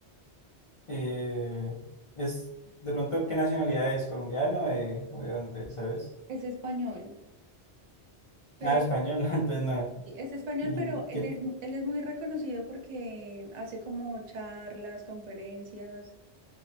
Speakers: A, on the left (about 60°); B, on the right (about 50°).
A: Eh, es de pronto qué nacionalidad es, colombiano eh, o de dónde, ¿sabes?
B: Es español, pero
A: Ah, español, <laughs> no, entonces no.
B: sí, es español,
A: Y
B: pero él
A: qué
B: es, él es muy reconocido porque hace como charlas, conferencias,